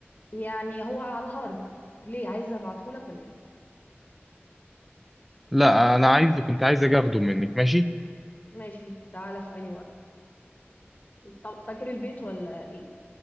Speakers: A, on the left (about 40°); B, in the centre.
A: يعني هو على الهارد ليه عايزة ابعتهولك ولا ايه
B: لا انا عايز كنت عايز اجي اخده منك ماشي
A: ماشي تعالى في أي وقت طب فاكر البيت ولا ايه